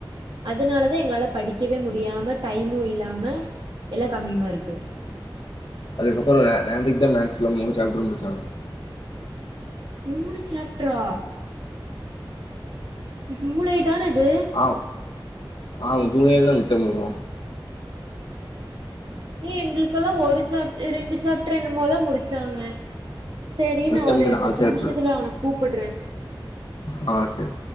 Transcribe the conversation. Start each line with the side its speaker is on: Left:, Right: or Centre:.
Right: அதனால தா எங்களால படிக்கவே முடியாம டைமு இல்லாம எல்லா கம்மி மார்க்கு
Left: அதுகப்புறோங்க நேத்திகு தா மேக்ஸ்ல மூணு சேப்டர் முடிசாங்க
Right: மூணு சேப்ட்ர்ரா ஜூலை தான இது
Left: ஆ‌ ஆமா ஜுலைல தா மிட்டம் வரு
Right: ஏ எங்களுகெல்லா ஒரு சேப்டர் ரெண்டு சேப்டர் என்னமோதா முடிசாங்க சேரி
Left: மிட்டம்க்கு
Right: நா ஒரு
Left: நாலு
Right: பத்து
Left: சாப்டர்
Right: நிமிஷதுல உனக்கு கூப்புட்ற
Left: அ சரி